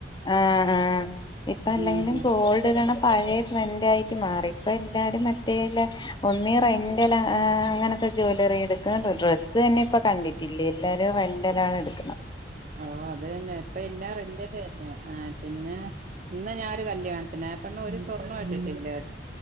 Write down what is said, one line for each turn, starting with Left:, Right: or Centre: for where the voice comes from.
Left: ആ ആ ഇപ്പ അല്ലെങ്കിലും
Right: ഉം
Left: ഗോൾഡ് ഇടണം പഴയ ട്രെൻറ് ആയിട്ട് മാറി ഇപ്പ എല്ലാരും മറ്റേല്ല ഒന്നി റെന്റൽ അങ്ങനത്തെ ജ്വലറി എടുക്കുന്നു ഡ്രസ്സ് തന്നെ ഇപ്പ കണ്ടിട്ടില്ലേ എല്ലാരും റെന്റലാണ് എടുക്കുന്നത്
Right: ഓ അത് തന്നെ ഇപ്പ എല്ലാ റെന്റല ന്നെ ആ പിന്നെ ഇന്ന് ഞാനൊരു കല്യാണത്തിനെ ആ പെണ്ണ് ഒരു സ്വർണ്ണം ഇട്ടിട്ടില്ലേ